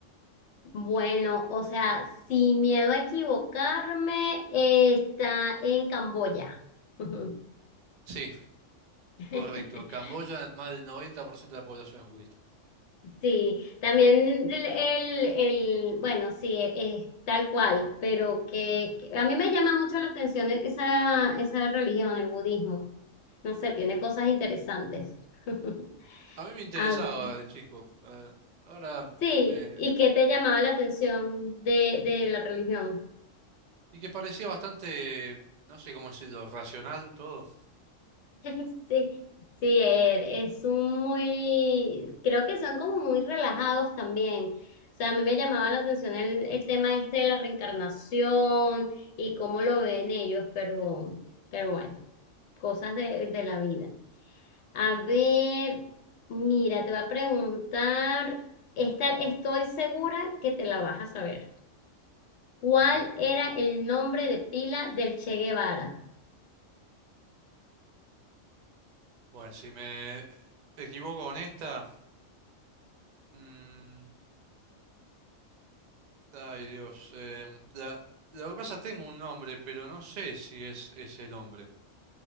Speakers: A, on the left; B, on the right.
A: Bueno, o sea, sin miedo a equivocarme, eh, está en Camboya. Ujú.
B: Sí,
A: <laughs>
B: correcto. Camboya, más del 90% de la población es budista.
A: Sí, también el, el, el- bueno, sí, es tal cual, pero que, que a mí me llama mucho la atención e, esa, esa religión, el budismo. No sé, tiene cosas interesantes. <laughs>
B: A mí me interesaba
A: Ah,
B: de chico. eh, ahora
A: sí,
B: me...
A: ¿y qué te llamaba la atención de, de la religión?
B: Y que parecía bastante, no sé cómo decirlo, racional todo.
A: <laughs> Sí, sí, er- es un muy, creo que son como muy relajados también. O sea, a mí me llamaba la atención el, el tema este de la reencarnación y cómo lo ven ellos, pero, pero bueno, cosas de, de la vida. A ver, mira, te voy a preguntar, esta, estoy segura que te la vas a saber. ¿Cuál
B: A ver.
A: era el nombre de pila del Che Guevara?
B: Bueno, si me equivoco con esta, mm, ay Dios, em, la- lo que pasa, tengo un nombre, pero no sé si es ese nombre.